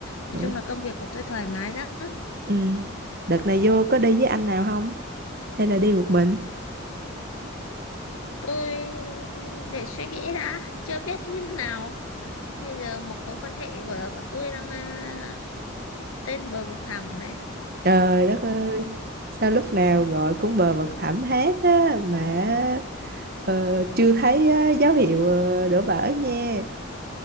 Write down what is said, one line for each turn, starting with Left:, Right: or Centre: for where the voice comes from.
Left: Nói
Right: Ừ.
Left: chung là công việc của tôi thoải mái lắm.
Right: Ừ. Đợt này vô có đi với anh nào không? Hay là đi một mình?
Left: Tôi để suy nghĩ đã, chưa biết như thế nào. Bây giờ mối quan hệ của bọn tôi đang à, trên bờ vực thẳm đấy.
Right: Trời đất ơi, sao lúc nào gọi cũng bờ vực thẳm hết á mà ờ, chưa thấy ờ, dấu hiệu ờ, đổ vỡ nha.